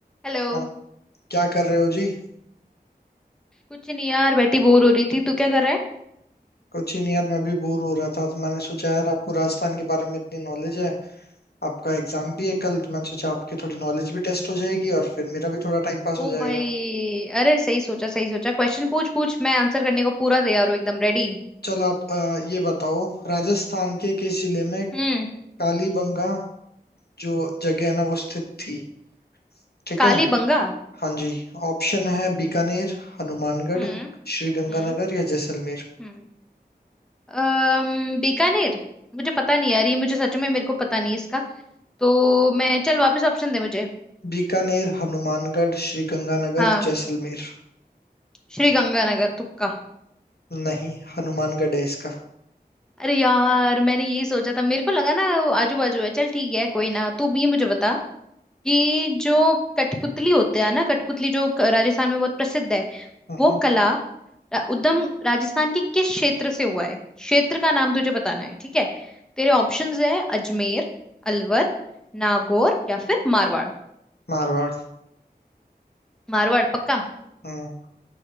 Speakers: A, in the centre; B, on the left.
A: Hello
B: हाँ, क्या कर रहे हो जी
A: कुछ नहीं यार बैठी बोर हो रही थी तू क्या कर रहा है
B: कुछ ही नहीं यार मैं भी बोर हो रहा था तो मैंने सोचा यार आपको राजस्थान के बारे में इतनी नॉलेज है आपका एग्जाम
A: हम्म।
B: भी है कल तो मैंने सोचा आपकी थोड़ी नॉलेज भी टेस्ट हो जाएगी और फिर मेरा भी थोड़ा टाइम पास हो
A: ओ
B: जाएगा
A: भाई अरे सही सोचा सही सोचा क्वेश्चन पूछ पूछ मैं आंसर करने को पूरा तैयार हूँ एकदम रेडी
B: चलो आप अ, ये बताओ राजस्थान के किस जिले में
A: हम्म
B: कालीबंगा जो जगह है ना वो स्थित थी ठीक
A: काली
B: है
A: बंगा
B: हाँ जी ऑप्शन है बीकानेर हनुमानगढ़
A: हम्म
B: श्री गंगानगर
A: हम्म
B: या जैसलमेर
A: हम्म अम्म बीकानेर मुझे पता नहीं यार ये मुझे सच में मेरे को पता नहीं इसका तो मैं चल वापस ऑप्शन दे मुझे
B: बीकानेर हनुमानगढ़ श्री गंगानगर
A: हाँ
B: जैसलमेर
A: श्री गंगानगर तुक्का
B: नहीं हनुमानगढ़ है इसका
A: अरे यार मैंने यही सोचा था मेरे को लगा ना वो आजू बाजू है चल ठीक है कोई ना तू ये मुझे बता कि जो कठपुतली होते हैं ना कठपुतली जो क- राजस्थान में बहुत प्रसिद्ध है
B: हम्म,
A: वो कला रा- उद्गम राजस्थान के किस क्षेत्र से हुआ है क्षेत्र का नाम तुझे बताना है ठीक है तेरे ऑप्शंस है अजमेर अलवर नागौर या फिर मारवाड़
B: मारवाड़
A: मारवाड़ पक्का
B: हम्म, हम्म,